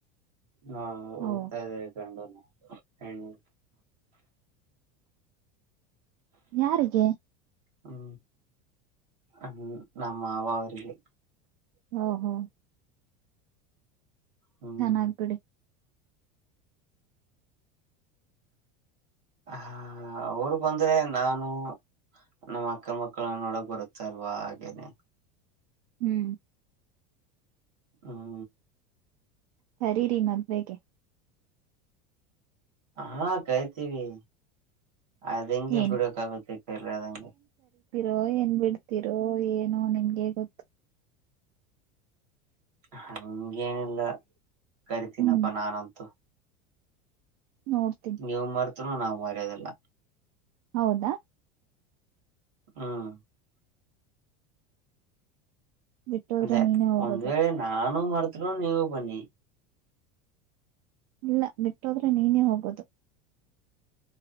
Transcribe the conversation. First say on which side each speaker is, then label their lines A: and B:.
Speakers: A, on the right (about 60°); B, on the right (about 75°).
A: ಹಾ ಹುಡುತಾ
B: ಓ
A: ಇದೆ ಗಂಡುನ ಹ್ಮ
B: ಯಾರಿಗೆ
A: ಹ್ಮ್ ಹ ನಮ್ಮ ಮಾವ ಅವರಿಗೆ
B: ಹ ಹೋ
A: ಹ್ಮ್
B: ಚೆನ್ನಾಗ್ಬಿಡಿ
A: ಹ ಅವರು ಬಂದ್ರೆ ನಾನು ನಮ್ಮ ಅಕ್ಕಲ್ ಮಕ್ಕಳನ್ನ ನೋಡಕ್ ಬರುತ್ತ ಅಲ್ವಾ ಹಾಗೇನೆ
B: ಹ್ಮ್
A: ಹ್ಮ
B: ಸರಿ ರೀ ಮದುವೆಗೆ
A: ಹಾ ಕೈತಿೀವಿ ಅದೆಂಗ ಇ
B: ಏನ್
A: ಬಿಡೋ ಕಾಗದ ಕ್ರದಂಗ
B: ರೋ ಏನ್ ಬಿಡ್ತಿರೋ ಏನೋ ನಿಮ್ಗೆ ಗೊತ್ತು
A: ಹಂಗೇನಿಲ್ಲ ಕರಿತೀನಪ್ಪ
B: ಹ್ಮ್
A: ನಾನಂತೂ
B: ನೋಡ್ತೀನಿ
A: ನೀವು ಮಾರ್ತ ನ ನಾವು ಮರದಲ್ಲ
B: ಹೌದಾ
A: ಹ್ಮ
B: ಬಿಟ್ಟೋದ್ರೆ
A: ಅದೇ
B: ನೀನೇ ಹೋಗೋದು
A: ಒಂದ್ ವೇಳೆ ನಾು ಮಾಡರ್ತರು ನೀವು ಬನ್ನಿ
B: ಇಲ್ಲ ಬಿಟ್ಟೋದ್ರೆ ನೀನೇ ಹೋಗೋದು